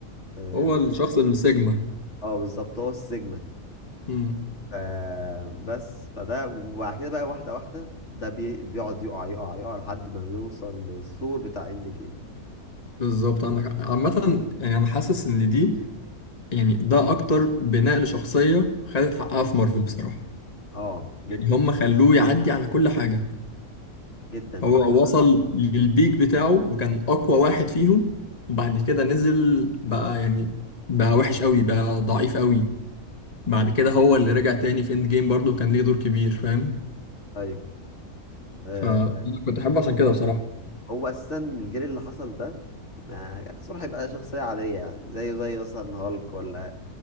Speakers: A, on the left; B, on the left.
A: اه
B: هو الشخص السيجما
A: آه، بالظبط هو السيجما
B: امم
A: ف- بس فده وبعد كده بقى واحدة واحدة ده بي- بيقعد يقع يقع يقع لحد ما بيوصل للثور بتاع اند جيم
B: بالظبط عندك حق. عامه يعني انا حاسس ان دي يعني ده اكتر بناء لشخصيه خدت حقها في مارفل بصراحه
A: اه جدا
B: يعني هم خلوه يعدي على كل حاجه
A: جدا
B: هو
A: وع-
B: وصل للبيك بتاعه وكان أقوى واحد فيهم وبعد كده نزل بقى يعني بقى وحش قوي بقى ضعيف قوي بعد كده هو اللي رجع تاني في اند جيم برضه كان ليه دور كبير فاهم
A: ايوه آه
B: فأنا كنت أحبه عشان كده بصراحة
A: هو اساسا الجيل اللي حصل ده ما كان الصراحة يبقى شخصية عادية يعني زيه زي مثلا هالك ولا